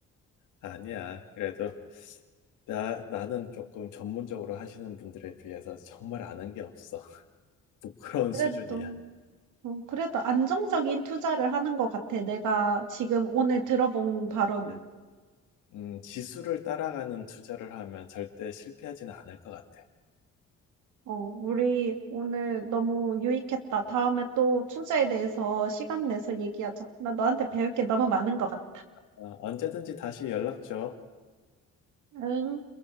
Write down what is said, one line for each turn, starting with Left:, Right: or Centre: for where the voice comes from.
Left: 아니야. 그래도 나, 나는 조금 전문적으로 하시는 분들에 비해서 정말 아는 게 없어. <laughs> 부끄러운
Right: 그래도,
Left: 수준이야.
Right: 어, 그래도 안정적인 투자를 하는 것 같아. 내가 지금 오늘 들어본 바로는.
Left: 음, 지수를 따라가는 투자를 하면 절대 실패하지는 않을 것 같아.
Right: 어, 우리 오늘 너무 유익했다. 다음에 또 투자에 대해서 시간 내서 얘기하자. 나 너한테 배울 게 너무 많은 것 같아.
Left: 어, 언제든지 다시 연락 줘.
Right: 응.